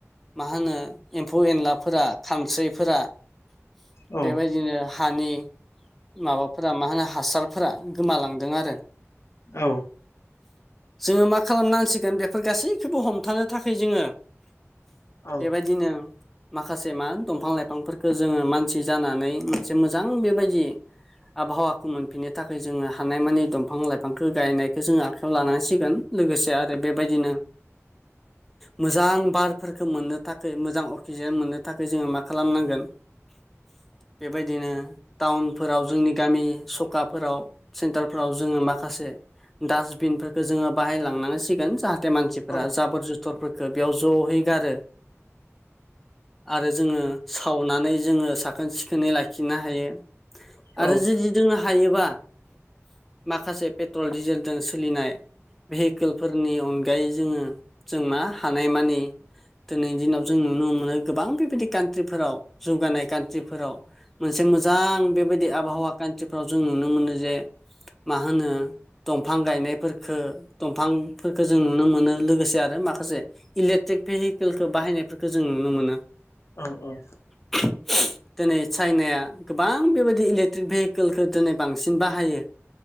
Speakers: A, in the centre; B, on the left.
A: मा होनो एम्फौ एनलाफोरा खानस्रिफोरा
B: औ
A: बेबायदिनो हानि माबाफोरा मा होनो हासारफोरा गोमालांदों आरो
B: औ
A: जोङो मा खालामनांसिगोन बेफोर गासैखौबो हमथानो थाखाय जोङो
B: औ
A: बेबायदिनो माखासे मा दंफां लाइफांफोरखौ जोङो मानसि जानानै मोनसे मोजां बेबायदि आबहावाखौ मोनफिननो थाखाय जोङो हानाय मानि दंफां लाइफांखौ गायनायखौ जोंङो आखायाव लानांसिगोन गोन लोगोसे आरो बेबायदिनो मोजां बारफोरखौ मोननो थाखाय मोजां अक्सिजेन मोननो थाखाय जोङो मा खालामनांगोन बेबायदिनो टाउनफोराव जोंनि गामि सखाफोराव सेन्टारफोराव जोङो माखासे डास्टबिनफोरखौ जोङो बाहायलांनानैसिगोन जाहाथे मानसिफोरा
B: औ
A: जाबोर जुथुर क्टरफोरखौ बेयाव जहै गारो आरो जोङो सावनानै जोङो साखोन सिखोनै लाखिनो हायो
B: औ
A: आरो जुदि जोंहा हायोबा माखासे पेट्रल डिजेलजों सोलिनाय भेहिकेलफोरनि अनगायै जोङो जों मा हानायमानि दिनैनि दिनाव जों नुनो मोनो गोबां बेबायदि कान्ट्रिफोराव जौगानाय कान्ट्रिफोराव मोनसे मोजां बेबायदि आबहावा खान्थिफ्राव जों नुनो मोनो जे मा होनो दंफां गायनायफोरखौ दंफांफोरफोरखौ जों नुनो मोनो लोगोसे आरो माखासे इलेकट्रिक भेहिकेलखौ बाहायनायफोरखौ जों नुनो मोनो
B: औ औ
A: <unintelligible> दिनै चाइनाया गोबां बेबायदि इलेक्ट्रिक भेहिकेलखौ दिनै बांसिन बाहायो